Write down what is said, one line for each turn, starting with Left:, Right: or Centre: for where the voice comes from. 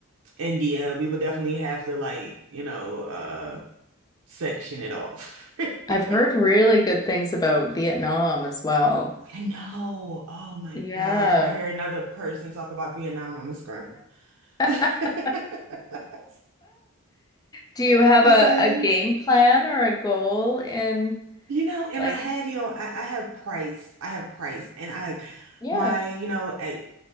Right: India, we would definitely have to like, you know, uh, section it off. <laughs>
Left: I've heard really good things about Vietnam as well.
Right: I know. Oh my
Left: Yeah.
Right: gosh. If I hear another person talk about Vietnam, I'm gonna scream.
Left: <laughs>
Right: <laughs>
Left: Do you have
Right: It's
Left: a,
Right: like,
Left: a game plan or a goal in
Right: You know, in
Left: like,
Right: my head, you know, I, I have price. I have price. And I like
Left: yeah.
Right: my, you know, I,